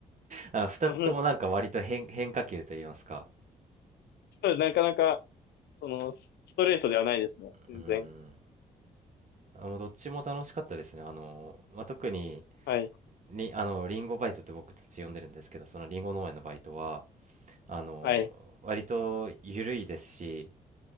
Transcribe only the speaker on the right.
あ2つともなんか割と変、
変化球といいますか
うんあもうどっちも楽しかったですね。あの、まあ、特に、
りあの、リンゴバイトって僕たち呼んでるんですけど、そのリンゴ農園のバイトは、あの、
割と緩いですし、